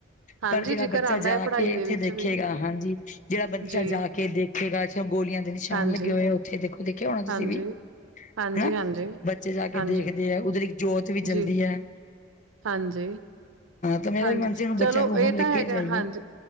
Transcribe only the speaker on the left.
ਪਰ ਜਿਹੜਾ
ਬੱਚਾ
ਜਾ
ਕੇ
ਉੱਥੇ
ਦੇਖੇਗਾ,
ਹਾਂਜੀ ਜਿਹੜਾ ਬੱਚਾ
ਜਾ ਕੇ ਦੇਖੇ ੇ ਗੋਲੀਆਂ ਦੇ ਨਿਸ਼ਾਨ
ਲੱਗੇ ਹੋਏ ਆ ਉੱਥੇ ਦੇਖ-ਦੇਖ ਦੇਖਿਆ ਹੋਣਾ
ਤੁਸੀਂ ਵੀ
ਹਨਾ।
ਬੱਚੇ ਜਾ ਕੇ
ਦੇਖਦੇ ਐ ਉੱਧਰ ਇੱਕ ਜੋਤ ਵੀ ਚਲਦੀ
ਐ।
ਤਾਂ ਮੇਰਾ
ਵੀ ਮਨ ਸੀ ਹੁਣ ਬੱਚਿਆਂ
ਨੂੰ
ਹੁਣ ਲੈ
ਕੇ
ਜਾਈਏ